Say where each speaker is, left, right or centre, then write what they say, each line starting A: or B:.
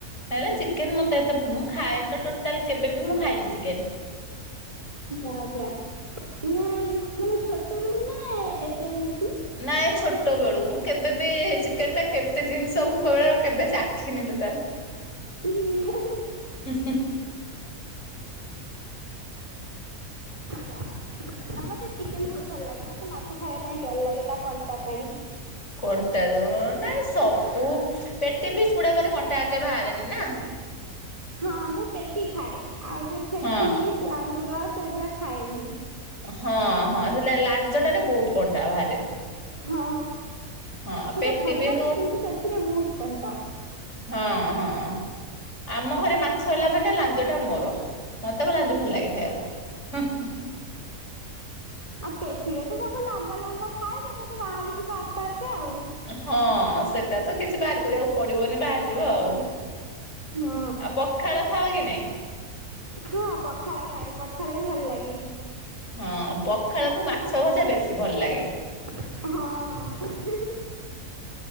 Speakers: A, on the left (about 55°); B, on the right (about 25°).
A: ହେଲେ ଚିକେନ ମତେ ଏତେ ମୁଁ ଖାଏନି ତ ଟୋଟାଲ କେବେ ବି ମୁଁ ଖାଇନି ଚିକେନ।
B: ଆଜ୍ଞା ମାନେ ଛୋଟ ବେଳୁ ନା ଏବେ ଏମିତି
A: ନାଇଁ ଛୋଟ ବେଳୁ ମୁଁ କେବେ ବି ଚିକେନ ଟା କେମିତି ଜିନିଷ ମୁଁ କେବଳ କେବେ ଚାଖିନି ଟୋଟାଲ।
B: <inaudible>
A: ହୁଁ ହୁଁ।
B: ଯା। ନା ମତେ ଚିକେନ ବହୁତ ଭଲ ଲାଗେ ମତେ ମାଛ ଖାଇବା ପାଇଁ ଡର ଲାଗେ ତା କଣ୍ଟା ପାଇଁ।
A: କଣ୍ଟା ଯୋଗୁ ନାଇଁ ସବୁ ପେଟି ପିସ୍ ଗୁଡାକରେ କଣ୍ଟା ଏତେ ବାହାରେନି ନା।
B: ହଁ ମୁଁ ପେଟି ଖାଏ ଆଉ ଯୋଉ
A: ହଁ
B: ଫିସ ଲାଙ୍ଗୁର ସେଗୁଡା ଖାଏନି।
A: ହଁ ହଁ ଲାଞ୍ଜ ଟାରେ ବହୁତ କଣ୍ଟା ବାହାରେ।
B: ହଁ
A: ହଁ
B: ସେଟା
A: ପେଟି
B: ଭଲ
A: ପିସ୍
B: ହିଁ
A: ହଁ
B: କିନ୍ତୁ ସେଥିରେ ବହୁତ କଣ୍ଟା।
A: ହଁ ହଁ। ଆମ ଘରେ ମାଛ ହେଲା ମାନେ ଲାଞ୍ଜ ଟା ମୋର ମତେ ଲାଞ୍ଜ ଭଲ ଲାଗେ ଖାଇବାକୁ।
B: ଆଉ ପେଟିରେ ତ ସବୁ ଲମ୍ବା ଲମ୍ବା ଥାଏ ସେଟା ତ ବାହାରି ଯିବ ଆପେ ଆପେ ଆଉ।
A: ହଁ ସେଟା ତ କିଛି ବାହାରି କରିବାକୁ ପଡିବନି ବାହାରି ଥିବ ଆଉ।
B: ହୁଁ
A: ଆଉ ପଖାଳ ଖାଅ କି ନାଇଁ।
B: ହଁ ପଖାଳ ଖାଏ ପଖାଳ ବି ଭଲ ଲାଗେ।
A: ହଁ ପଖାଳ କୁ ମାଛ ଭଜା ବେଶି ଭଲ ଲାଗେ।
B: ହଁ